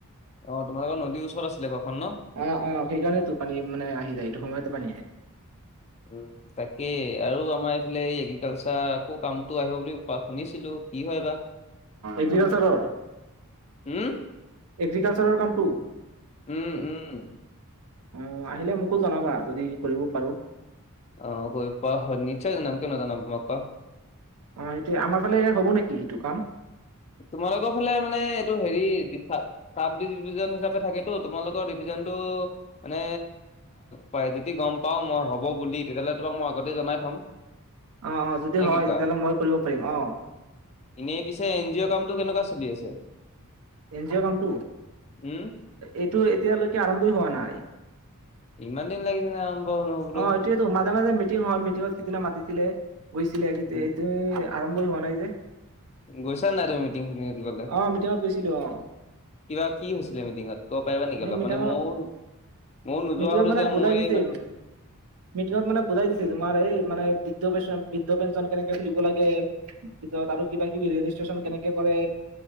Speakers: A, on the left (about 30°); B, on the right (about 80°).
A: অ' তোমালোক নদী ওচৰত। আছিলে ঘৰখন ন?
B: অ' অ' সেইকাৰণেতো পানী মানে আহি যায় এইটো সময়তে পানী আহে।
A: উম, তাকেই আৰু আমাৰ এইফালে এই এগ্ৰিকালচাৰ আকৌ কামটো আহিব বুলি কোৱা শুনিছিলো। কি হয় বা
B: এগ্ৰিকালচাৰৰ
A: উম?
B: এগ্ৰিকালচাৰৰ কামটো
A: উম, উম।
B: অ আহিলে মোকো জনাবা। যদি কৰিব পাৰো।
A: অ প নিচ্ছয় জানাম কিয় নজনাম কোৱা।
B: অ, সেইটো আমাৰ ফালে হ'ব নেকি এইটো কাম।
A: তোমালোকৰ ফালে মানে এইটো হেৰি চাপ দি হিচাপে থাকেতো তোমালোকৰ ডিভিজন টো মানে প যদি গম পাও মই হ'ব বুলি তেতিয়াহ'লে তোমাক মই আগতে জনাই থম।
B: অ অ যদি
A: নে
B: হয়
A: কি কোৱাহে?
B: তেতিয়াহ'লে মই কৰিব পাৰিম অ
A: এনেই পিছে এন জি অ' কনটো কেনেকুৱা চলি আছে।
B: এন জি অ' কামটো
A: উম,
B: এইটো এতিয়ালৈকে আৰম্ভই হোৱা নাই।
A: ইমান দিন লাগিছে নে আৰম্ভ হবলৈ।
B: অ এইটোয়েতো মাজে মাজে মিটিং হয় মিটিঙত সিদিনা মাতিছিলে। গৈছিলে
A: উম,
B: এইটো আৰম্ভই হোৱা নাই যে।
A: গৈছা নে নাই তুমি মিটিং শুনিবলৈ
B: অ মিটিঙত গৈছিলো অ
A: কিবা কি হৈছিলে। মিটিঙত কব পাৰিবা নেকি
B: এই
A: অলপ।
B: মিটিঙত
A: মানে মৌ ময়ো নোযোৱা
B: মিটিঙত
A: হলো
B: মানে
A: যে
B: বুজাই
A: মই
B: দিছে
A: এই মানে
B: মিটিঙত মানে বুজাই দিছে। তোমাৰ এই মানে বৃদ্ধ পেঞ্চন বৃদ্ধ পেঞ্চন কেনেক খোলিব লাগে কি কয় আৰু কিবাকিবি ৰেজিষ্ট্ৰেচন কেনেকে কৰে